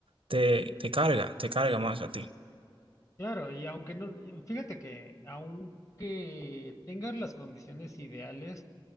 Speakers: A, on the right (about 80°); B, on the left (about 35°).
A: te, te carga, te carga más a ti.
B: Claro, y aunque no, y fíjate que aunque tengas las condiciones ideales,